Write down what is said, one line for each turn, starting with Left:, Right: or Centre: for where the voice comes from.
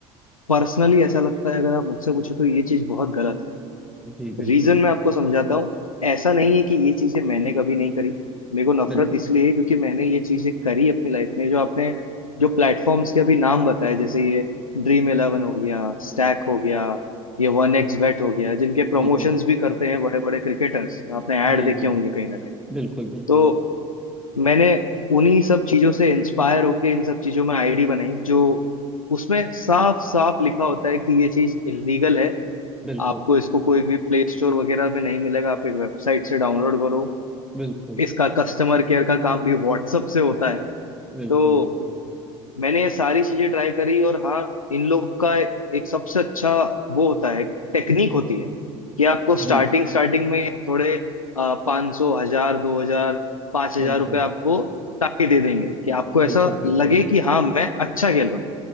Left: पर्सनली ऐसा लगता है अगर आप मुझसे पूछो तो ये चीज बहुत गलत
Centre: जी
Left: है
Centre: बिल्कुल
Left: रीजन मैं आपको समझाता हूँ ऐसा नहीं
Centre: हाँ
Left: है कि ये चीजें मैंने कभी नहीं करी मेरे को नफरत
Centre: बिल्कुल
Left: इसलिए है क्योंकि मैंने ये चीजें करी अपनी लाइफ में जो आपने जो प्लेटफॉर्म्स के अभी नाम बताए जैसे ये ड्रीम इलेवन हो गया स्टैक हो गया ये वन एक्स बेट हो गया जिनके प्रमोशंस
Centre: बिल्कुल
Left: भी करते हैं बड़े बड़े क्रिकेटर्स आपने ऐड
Centre: जी
Left: देखे
Centre: जी
Left: होंगे कहीं ना कहीं
Centre: बिल्कुल बिल्कुल
Left: तो मैंने उन्हीं सब चीजों से इंस्पायर होके इन सब चीजों में आईडी बनाई जो उसमें साफ साफ लिखा होता है कि ये चीज इलीगल है
Centre: बिल्कुल
Left: आपको इसको कोई भी प्ले स्टोर वगैरह में नहीं मिलेगा आप एक वेबसाइट से डाउनलोड करो
Centre: बिल्कुल
Left: इसका कस्टमर केयर का काम भी व्हाट्सअप से होता है
Centre: बिल्कुल
Left: तो
Centre: बिल्कुल
Left: मैंने ये सारी चीजें ट्राई करी और हाँ इन लोग का एक सबसे अच्छा वो होता है टेक्निक होती है कि आपको स्टार्टिंग
Centre: जी
Left: स्टार्टिंग में थोड़े पाँच सौ हजार दो हजार पाँच हजार
Centre: बिल्कुल
Left: रुपये आपको ताकि दे देंगे कि आपको
Centre: बिल्कुल
Left: ऐसा
Centre: बिल्कुल
Left: लगे कि हाँ मैं अच्छा खेल रहा हूँ